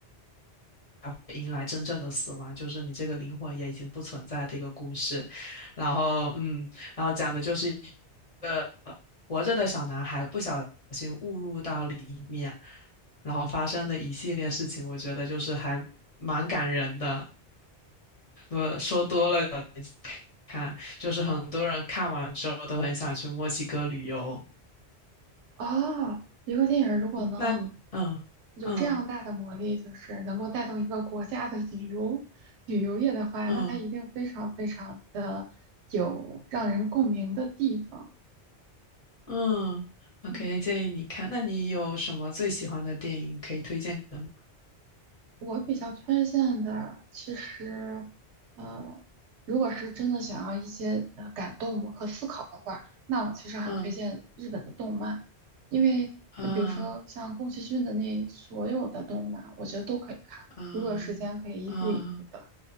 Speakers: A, on the left (about 35°); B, on the right (about 80°).
A: 才会迎来真正的死亡，就是你这个灵魂也已经不存在的一个故事。然后，嗯，然后讲的就是一个活着的小男孩不小心误入到里面，然后发生的一系列事情，我觉得就是还蛮感人的。我说多了，看，就是很多人看完之后都很想去墨西哥旅游。
B: 哦，一个电影如果能。
A: 那你嗯嗯
B: 有这样大的魔力，就是能够带动一个国家的旅游旅游业的话，
A: 嗯。
B: 那它一定非常非常的有让人共鸣的地方。
A: 嗯，OK，
B: 嗯。
A: 建议你看。那你有什么最喜欢的电影可以推荐的吗？
B: 我比较推荐的，其实，呃，如果是真的想要一些呃感动和思考的话，那我其实很推荐日本的动漫，
A: 嗯
B: 因为呃比如说像宫崎骏的那所有的动漫，
A: 啊
B: 我觉得都可以看，
A: 啊
B: 如果有时间可以一步一步的
A: 啊